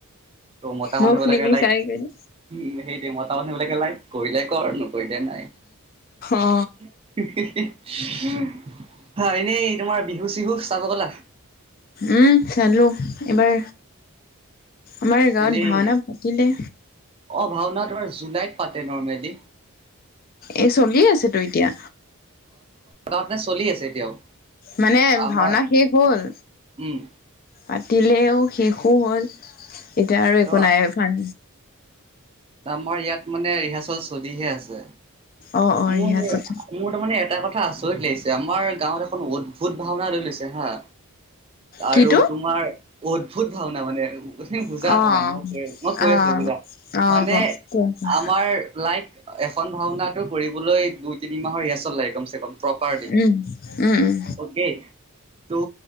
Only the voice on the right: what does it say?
ত' মোতা মানুহবিলাকে
লাইক
উ সেইটোৱে মতামানুহবিলাকে লাইক কৰিলে কৰ নকৰিলে নাই!
হি', হি', হয় এনেই তোমাৰ বিহু চিহু চাব গলা?
এনেই
অ ভাওনা জুলাইত পাতে নৰ্মেলি।
তাহাত নে চলি আছে এতিয়াও।
আমাৰ
উম
ত
আমাৰ ইয়াত মানে ৰিহাৰ্চেল চলিহে আছে।
মোৰ,
মোৰ তাৰ মানে এটা কথা হাঁ চৰিত লাগিছে আমাৰ গাঁৱত এখন অদ্ভুত ভাওনা লৈছে হাঁ। আৰু
তোমাৰ অদ্ভুত ভওনা মানে বুজা
অকমান মই কৈ - মই
কৈ আছো বুজা
মানে
আমাৰ লাইক এখন ভাওনাটো কৰিবলৈ দুই তিনি মাহৰ ৰিহচল লাগ কম প্ৰপাৰটিকে
ত